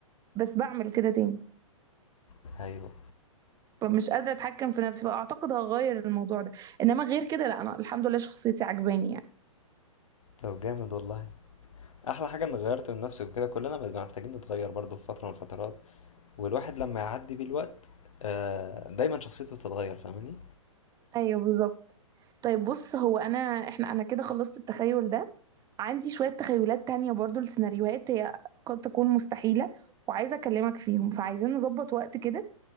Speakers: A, on the right; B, on the left.
A: بس بعمل كده تاني
B: <laughs> ايوه
A: فمش قادره اتحكم في نفسي بقى اعتقد هغير الموضوع ده انما غير كده لا انا الحمد لله شخصيتي عجباني يعني
B: طب جامد والله احلى حاجة اني غيرت من نفسي وكده كلنا بنبقى محتاجين نتغير برضه في فترة من الفترات والواحد لما يعدي بيه الوقت آه دايما شخصيته بتتغير فاهماني
A: ايوه بالظبط طيب بص هو انا احنا انا كده خلصت التخيل ده عندي شوية تخيلات تانية برضو لسيناريوهات هي قد تكون مستحيلة وعايزة أكلمك فيهم فعايزين نظبط وقت كده